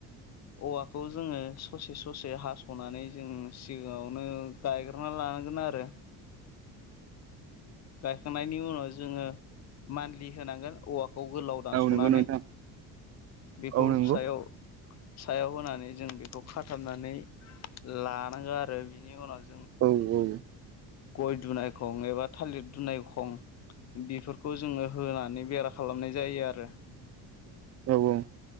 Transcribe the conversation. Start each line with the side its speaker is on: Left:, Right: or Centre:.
Left: औवाखौ जोङो ससे ससे हास'नानै जों सिगाङावनो गायग्रोनना लायो लानांगोन आरो गायखांनायनि उनाव जोङो मानदिलि होनांगोन औवाखौ खौ गोलाव दानस'नानै
Right: औ नंगौ नोंथां
Left: बेखौ
Right: औ नंगौ
Left: सायाव सायाव होनानै जों बेखौ खाथाबनानै लानांगौ आरो बिनि उनाव जों
Right: औ औ
Left: गय दुनाय खं एबा थालिर दुनाय खं बेफोरखौ जोङो होनानै बेरा खालामनाय जायो आरो
Right: औ औ